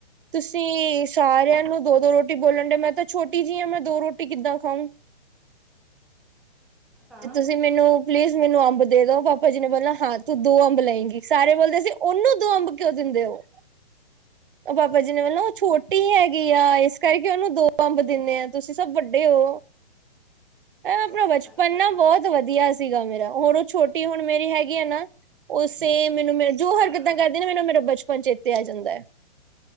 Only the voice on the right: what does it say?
ਤੁਸੀਂ ਸਾਰਿਆਂ ਨੂੰ ਦੋ ਦੋ ਰੋਟੀ ਬੋਲਣ ਡੇ ਮੈਂ ਤਾਂ ਛੋਟੀ ਜਿ ਹ ਆ ਮੈਂ ਦੋ ਰੋਟੀ ਕਿੱਦਾਂ ਖਾਊ
ਤੇ ਤੁਸੀਂ ਮੈਨੂੰ ਪਲੀਜ਼ ਮੈਨੂੰ ਅੰਬ ਦੇ ਦੋ ਪਾਪਾ ਜੀ ਨੇ ਬੋਲਣਾ ਹਾਂ ਤੂੰ ਦੋ ਅੰਬ ਲਏਂਗੀ ਸਾਰੇ ਬੋਲਦੇ ਸੀ ਉਹਨੂੰ ਦੋ ਅੰਬ ਕਿਉਂ ਦਿੰਦੇ ਉਹ ਉਹ ਬਾਬਾ ਜੀ ਨੇ ਵਤਲ ਉਹ ਛੋਟੀ ਹੈਗੀ ਇਸ ਕਰਕੇ ਉਹਨੂੰ ਦੋ ਅੰਬ ਦਿੰਦੇ ਆ ਤੁਸੀਂ ਸਭ ਵੱਡੇ ਹੋ ਆਪਣਾ ਬਚਪਨ
ਨਾ ਬਹੁਤ ਵਧੀਆ ਸੀਗਾ ਮੇਰਾ, ਹੁਣ ਉਹ ਛੋਟੀ ਹੁਣ ਮੇਰੀ ਹੈਗੀ ਆ ਨਾ ਉਹ ਸੇਮ ਮੈਨੂੰ ਮੇਰੇ ਜੋ
ਹਰਕਤ
ਕਿਦਾਂ ਕਰਦੇ ਨੇ ਮੈਨੂੰ ਮੇਰਾ ਬਚਪਨ ਚੇਤੇ ਆ ਜਾਂਦਾ ਏ।